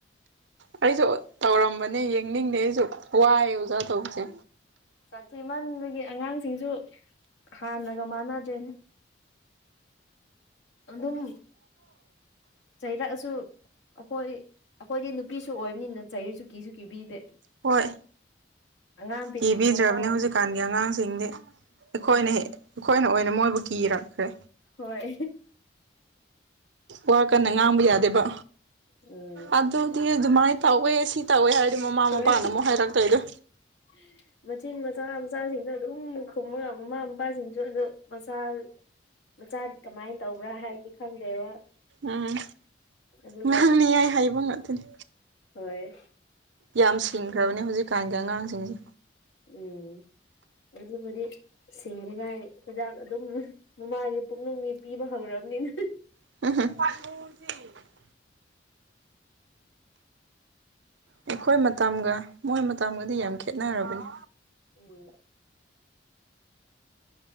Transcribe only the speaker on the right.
ꯑꯩꯁꯨ ꯇꯧꯔꯝꯕꯅꯦ ꯌꯦꯡꯅꯤꯡꯅꯦ ꯑꯩꯁꯨ ꯋꯥꯏ ꯑꯣꯖꯥ ꯇꯧꯕꯁꯦ꯫
ꯍꯣꯏ꯫
ꯀꯤꯕꯤꯗ꯭ꯔꯕꯅꯤ
ꯍꯧꯖꯤꯛꯀꯥꯟꯒꯤ ꯑꯉꯥꯡꯁꯤꯡꯗꯤ ꯑꯩꯈꯣꯏꯅ
ꯍꯦꯛ ꯑꯩꯈꯣꯏꯅ ꯑꯣꯏꯅ ꯃꯣꯏꯕꯨ ꯀꯤꯔꯛꯈ꯭ꯔꯦ꯫
ꯋꯥ
ꯀꯟꯅ ꯉꯥꯡꯕ ꯌꯥꯗꯦꯕ
ꯑꯗꯨꯗꯤ ꯑꯗꯨꯃꯥꯏꯅ ꯇꯧꯋꯦ ꯁꯤ꯫ ꯇꯧꯋꯦ ꯍꯥꯏꯔꯗꯤ ꯃꯃꯥ
ꯃꯄꯥꯅ ꯑꯃꯨꯛ ꯍꯥꯏꯔꯛꯇꯣꯏꯗꯣ
ꯎꯝ
ꯉꯥꯡꯅꯤꯉꯏ ꯍꯥꯏꯕ ꯉꯥꯛꯇꯅꯤ꯫
ꯌꯥꯝ ꯁꯤꯡꯈ꯭ꯔꯕꯅꯦ
ꯍꯧꯖꯤꯛꯀꯥꯟꯒꯤ ꯑꯉꯥꯡꯁꯤꯡꯁꯦ꯫
<unintelligible> ꯑꯩꯈꯣꯏ ꯃꯇꯝꯒ ꯃꯣꯏ ꯃꯇꯝꯒꯗꯤ ꯌꯥꯝ ꯈꯦꯠꯅꯔꯕꯅꯤ꯫